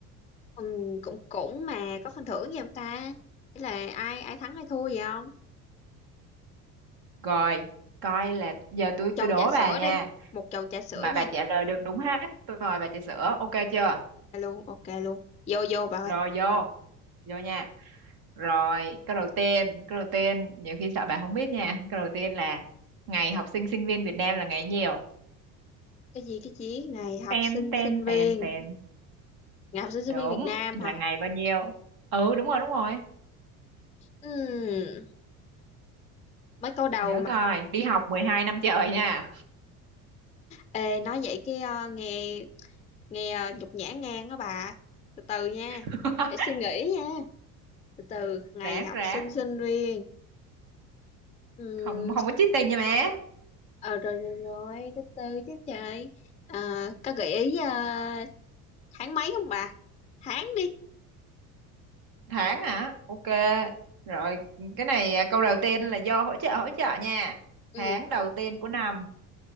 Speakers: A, on the left; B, on the right.
A: Ừ, cũng cũng mà có phần thưởng gì không ta? Thế là ai ai thắng ai thua vậy không?
B: Rồi, coi là giờ tôi tôi
A: Chầu
B: đố
A: trà sữa
B: bà nha,
A: đi, một chầu trà sữa
B: mà
A: nha.
B: bà trả lời được đúng hết, tôi mời bà trà sữa, ok chưa?
A: Dạ Luôn, ok luôn. Vô vô bà ơi.
B: Rồi vô, vô nha. Rồi, câu đầu tiên, câu đầu tiên, nhiều khi sợ bà không biết nha. Câu đầu tiên là ngày học sinh sinh viên Việt Nam là ngày nhiều.
A: Cái gì cái gì? Ngày học
B: Ten,
A: sinh
B: ten,
A: sinh viên,
B: ten, ten.
A: ngày học sinh sinh
B: Đúng,
A: viên Việt Nam
B: là
A: hả?
B: ngày bao nhiêu? Ừ, đúng rồi, đúng rồi.
A: Ừm, mới câu đầu
B: Nhớ
A: mà.
B: coi, đi học 12 năm trời nha.
A: Ê, nói vậy cái ờ, nghe nghe uh, nhục nhã ngang đó bà. Từ từ nha,
B: <laughs>
A: để suy nghĩ nha. Từ từ, ngày
B: Ráng,
A: học
B: ráng.
A: sinh sinh viên. Ừm,
B: Không không có cheating nha má.
A: Ờ rồi rồi rồi, từ từ chứ trời. À, có gợi ý à, tháng mấy không bà? Tháng đi.
B: Tháng hả? Ok. Rồi, cái này à, câu đầu tiên là do hỗ trợ hỗ trợ nha.
A: Ừ,
B: Tháng đầu tiên của năm